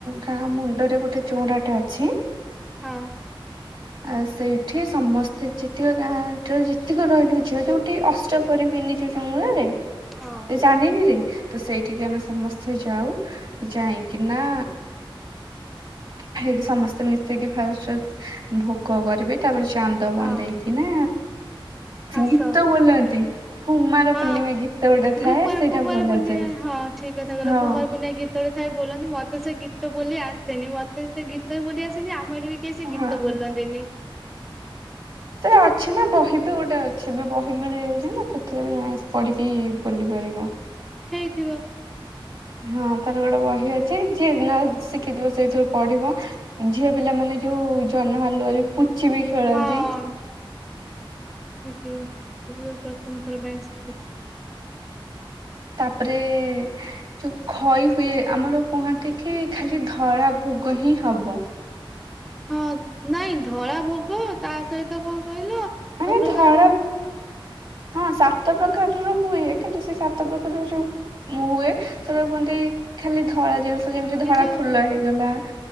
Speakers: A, on the right; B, in the centre.
A: ଗାଁ ମୁଣ୍ଡରେ ଗୋଟେ ଚଉଁରାଟେ ଅଛି।
B: ହଁ।
A: ଆ ସେଇଠି ସମସ୍ତେ ଯେତିକ ଗାଁ ଠ ଯେତିକି ରହିଲୁ ଝିଅ ଯୋଉଠି ଅଷ୍ଟ କରିହୁଏନି ଯୋଉ ଚଉଁରାରେ ଏଇ
B: ହଁ।
A: ଚାନ୍ଦିନିରେ ତ ସେଇଠିକି ଆମେ ସମସ୍ତେ ଯାଉ ଜାହିଁକିନା ହେଇଠି ସମସ୍ତେ ମିଶିକି ଫାଷ୍ଟ ଭୋଗ କରିବି। ତାପରେ ଚାନ୍ଦ ବନ୍ଧେଇକି
B: ହଁ
A: ନା
B: ଆସ
A: ଗୀତ ବୋଲନ୍ତି। କୁମାର
B: ହଁ
A: ପୂର୍ଣ୍ଣିମା ଗୀତ ଗୋଟେ ଥାଏ
B: ଗୁପା
A: ସେଇଟା
B: କୁମାର
A: ବୋଲାଯାଏ।
B: ପୂର୍ଣ୍ଣିମା ହଁ ଠିକ କଥା କହିଲ
A: ହଁ
B: କୁମାର ପୁନେଇଁ ଗି ହେତବେଳେ ଥାଏ ବୋଲନ୍ତି ମତେ ସେ ଗୀତ ବୋଲି ଆସେନି ମତେ ସେ ଗୀତ ବି ବୋଲି ଆସେନି ଆମରଏଯୋଉ ବି କିଏ ସେ ଗୀତ
A: ହଁ
B: ବୋଲନ୍ତିନି?
A: ସେତେଏଳେ ଅଛି ନା ବହି ବି ଗୋଟେ ଅଛି ବି ବହି ମିଳିଯାଉଛି ନା ସେଥିରେ ବି ଯଣେ ପଢିକି ବୁଲି ପାରିବ।
B: ହେଇଥିବ।
A: ହଁ ତାର ଗୋଟେ ବହି ଅଛି ଯିଏ ନ ଶିଖିଥିବ ସେଇଥିରୁ ପଢିବ। ଝିଅ ପିଲା ମାନେ ଯୋଉ ଜହ୍ନ ହଲୁଆରେ ପୁଚି ବି ଖେଳନ୍ତି।
B: ହଁ ହେଇଥିବ ତମ ଠାରୁ ପ୍ରଥମ ଥର ପାଇଁ ଶୁଣି
A: ତାପରେ ଯଉ ଖଇ ହୁଏ ଆମର କୁହନ୍ତି କି ଖାଲି ଧଳା ଭୋଗ ହିଁ ହବ।
B: ହଁ ନାଇଁ ଧଳା ଭୋଗ ତା ସହିତ କଣ କହିଲ
A: ନାଇଁ
B: ସବୁ ପ୍ରକାର
A: ଧଳା ହଁ ସାତ ପ୍ରକାରର ହୁଏ କିନ୍ତୁ ସେ ସାତ ପ୍ରକାରରେ ଯୋଉ ମୁଁ ହୁଏ ସେଟାକୁ କୁହନ୍ତି ଖାଲି ଧଳା ଜିନିଷ ଯେମିତି ଧଳା
B: ଏଇ ଯୋଉ
A: ଫୁଲ ହେଇଗଲା।